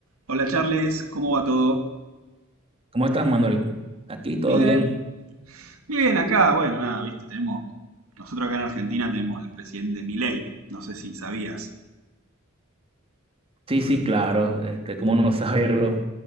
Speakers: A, on the right; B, on the right.
A: Hola Charles, ¿cómo va todo?
B: ¿Cómo estás, Manuel? Aquí todo
A: Bien,
B: bien.
A: bien, acá, bueno, nada, viste, tenemos, nosotros acá en Argentina tenemos al presidente Milei, no sé si sabías.
B: Sí, sí, claro. Este, cómo no saberlo.